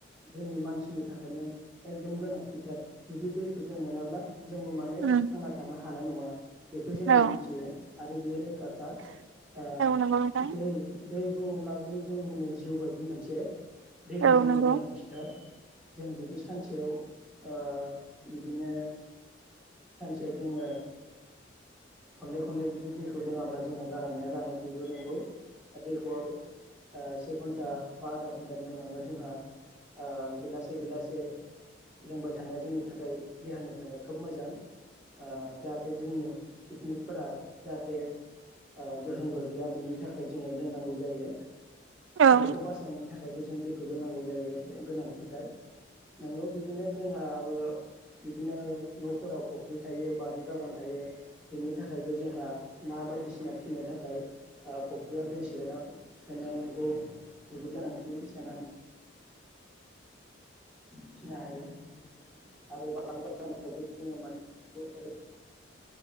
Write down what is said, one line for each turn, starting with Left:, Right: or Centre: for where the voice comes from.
Centre: जोंनि मानसिनि थाखायनो एकदम गोनांथिथार जुदि दैखौ जों मोना मा जोंबो माने
Right: उम
Centre: थांना थानो हा हानाय नङा बेखौ जोंबो
Right: औ
Centre: मिथियो आरो बे रोखाखा ओ
Right: औ नंगौ नोंथां
Centre: दै दै बुङोब्ला बे जोंनिनो जिउ बायदि मोनसे दैखौ
Right: औ
Centre: जोंनो
Right: नंगौ
Centre: गोनांथिथार जों जुदि सानसेयाव ओ बिदिनो सानसेयाव जोङो खनले खनले जुदि दैखौ लोङाब्ला जोंहा गारामाया रानो बेबो नंगौ दैखौ ओ से घन्टा बा आधा घन्टानि उनावनो जोंहा ओ गिलासे गिलासे लोंबाय थानाया जोंनि थाखाय देहानि थाखाय खोब मोजां ओ जाहाथे जोंनि कितनिकफोरा जाहाथे ओ गोहोम गोग्लैया बेनि थाखाय जोङो लोंनांगौ जायो।
Right: औ
Centre: बेखौ बासायनायनि थाखायबो जों दैखौ लोंनांगौ जायो एकदम गोनांथिथार नोंगौ बिदिनो जोंहा बिदिनो न'फोराव फुख्रि थायो बारि बागान थायो बेनि थाखायबो जोंहा ना बायदिसिना फिनो थाखाय ओ फुख्रियाव दै सोना सोनांगौ बेबो गोनांथि सोन फिसिनो हायो आरो बारि बागानफोरावबो जोङो माने ओरै